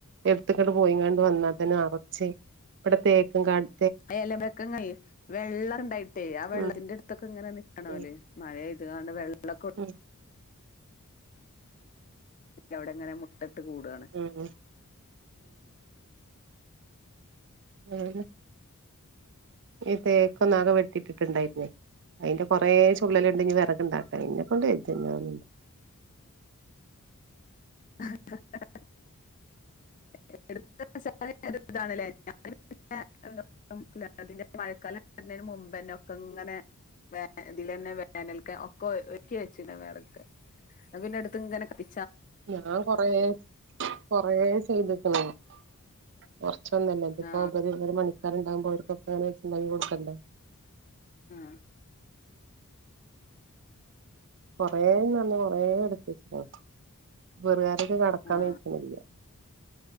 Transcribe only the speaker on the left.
അല്ല മെക്ക കയും വെള്ളംണ്ടായിട്ടേ ആ വെള്ളത്തിന്റെ
അടുത്തൊക്കെ ഇങ്ങനെ നക്കണല്ലേ
മഴയതണ്ട് വെള്ള
അവിടെങ്ങനെ മുട്ടിട്ട് കൂടുകയാണ്
ആ ആ <inaudible> <unintelligible> മഴക്കാലം വരുന്നേന് മുമ്പെന്നെ ഒക്കെ ഇങ്ങനെ. വേ ഇതിലന്നെ വേനൽക്കെ ഒക്കെ ഒര്ക്കി വെച്ചന വേറെട്ത്. അ പിന്നെ എടുത്ത്ങ്ങന കഴി
ആഹ്
ആഹ്
ആഹ്